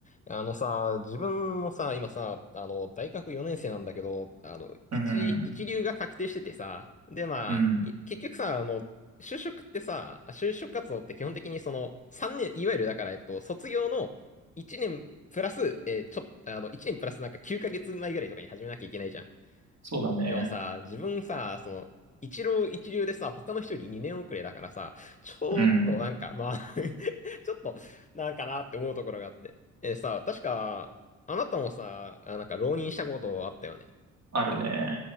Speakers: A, on the left; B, on the right.
A: あのさ、自分もさ、今さ、あの、大学4年生なんだけど、あの、
B: うん、
A: 一、一流が確定しててさ、で、まあ、
B: うん、
A: い結局さ、あの、就職ってさ、あ就職活動って基本的にその、3年、いわゆるだから、えっと、卒業の1年プラス、えーちょ、あの、1年プラスなんか9ヶ月前ぐらいとかに始めなきゃいけないじゃん。
B: そうだね。
A: でもさ、自分さ、その、一浪一流でさ、他の人より2年遅れだからさ、ちょっとなんか、
B: うん、
A: まあ <laughs> ちょっと、なんかなって思うところがあって。え、さ、確か、あなたもさ、あ、なんか浪人したことあったよね。
B: あるね。